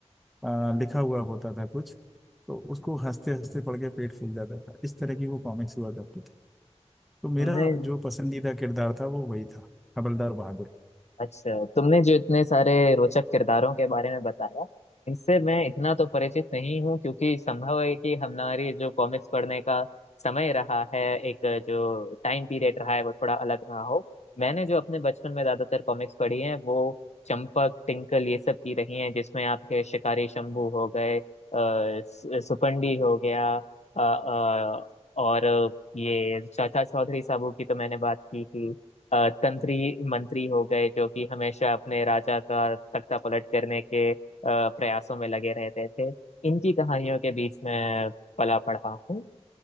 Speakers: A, in the centre; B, on the left.
A: आ, लिखा हुआ होता था कुछ तो उसको हंसते हंसते पढ़ के पेट फूल जाता था इस तरह की वो कॉमिक्स हुआ करती थी तो मेरा
B: तुमने
A: जो पसंदीदा किरदार था वो वही था हवलदार बहादुर
B: अच्छा तुमने जो इतने सारे रोचक किरदारों के बारे में बताया इनसे मैं इतना तो परिचित नहीं हूँ क्योंकि संभव है कि हमारी जो कॉमिक्स पढ़ने का समय रहा है एक जो टाइम पीरियड रहा है वो थोड़ा अलग रहा हो मैंने जो अपने बचपन में ज्यादातर कॉमिक्स पढ़ी हैं वो चंपक टिंकल ये सब की रही हैं जिसमें आपके शिकारी शंभू हो गए अ, सु- सुपंडी हो गया अ, अ, और ये चाचा चौधरी साहब की तो मैंने बात की थी अ, तंत्री मंत्री हो गए जो कि हमेशा अपने राजा का तख्ता पलट करने के अ, प्रयासों में लगे रहते थे इनकी कहानियों के बीच में पला पढ़ा हूँ